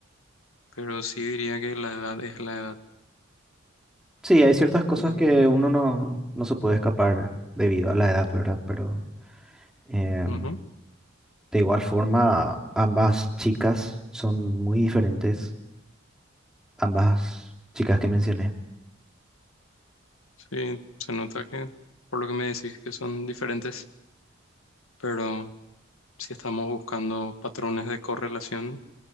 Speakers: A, on the left; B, in the centre.
A: pero sí diría que la edad es la edad.
B: Sí, hay ciertas cosas
A: Y,
B: que
A: eh,
B: uno no, no se puede escapar debido a la edad, ¿verdad? Pero eh,
A: ujú,
B: de igual forma, ambas chicas son muy diferentes, ambas chicas que mencioné.
A: sí, se nota que por lo que me decís que son diferentes, pero si estamos buscando patrones de correlación,